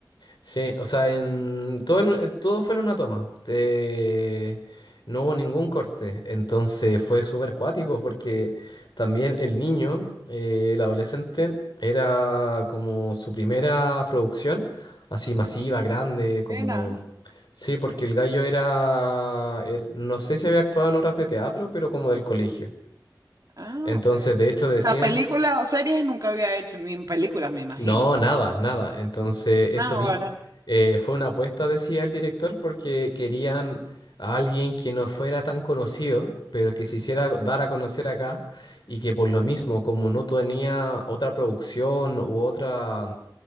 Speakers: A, on the left (about 70°); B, on the right (about 50°).
A: Sí, o sea, en todo, en un- eh, todo fue en una toma. Eh, no hubo ningún corte. Entonces fue súper cuático porque también el niño, eh, el adolescente, era como su primera producción, así masiva, grande, como...
B: Mira,
A: Sí, porque el gallo era, er- no sé si había actuado en obras de teatro, pero como del colegio.
B: ah,
A: Entonces,
B: ok.
A: de hecho, decían
B: La película o series nunca había hecho, ni en películas, me imagino.
A: No, nada, nada. Entonces,
B: No,
A: eso
B: Ahora.
A: mismo eh, fue una apuesta, decía el director, porque querían a alguien que no fuera tan conocido, pero que se hiciera dar a conocer acá y que por lo mismo, como no tenía otra producción u otra,